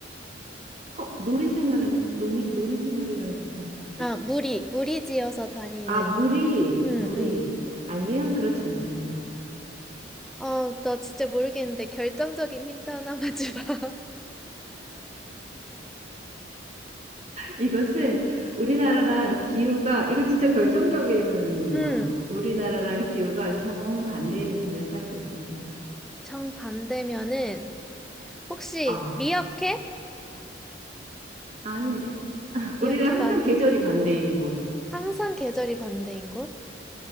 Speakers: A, on the right; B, in the centre.
A: 어, 놀이 생활하는, 놀이, 놀이 생활이라는 게 어떤 거지?
B: 아, 무리, 무리지어서 다니는.
A: 아, 물이,
B: 응,
A: 물이.
B: 응.
A: 아니요, 그렇지 않습니다.
B: 아, 나 진짜 모르겠는데 결정적인 힌트 하나만 주라. <laughs>
A: 이것은 우리나라랑
B: 음.
A: 기후가, 이건 진짜 결정적인
B: 음.
A: 거야. 우리나라랑 기후가 정반대인 곳에 살고 있습니다.
B: 정반대면은 혹시
A: 어,
B: 미어캣?
A: 아닌데? <laughs>
B: 미어캣
A: 우리랑 항상
B: 아니고
A: 계절이 반대인 곳.
B: 항상 계절이 반대인 곳?